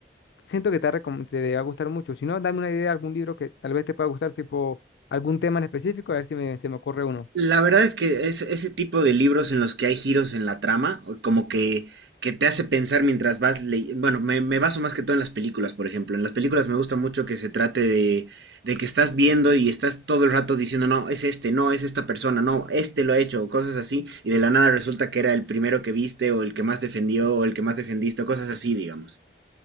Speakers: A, on the left (about 70°); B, on the right (about 75°).
A: Siento que te, va a recom- te va a gustar mucho. Si no, dame una idea de algún libro que tal vez te pueda gustar, tipo algún tema en específico, a ver si me, se me ocurre uno.
B: La verdad es que es ese tipo de libros en los que hay giros en la trama, o como que, que te hace pensar mientras vas leyendo. Bueno, me, me baso más que todo en las películas, por ejemplo. En las películas me gusta mucho que se trate de, de que estás viendo y estás todo el rato diciendo, no, es este, no, es esta persona, no, este lo ha hecho, o cosas así, y de la nada resulta que era el primero que viste, o el que más defendió, o el que más defendiste, o cosas así, digamos.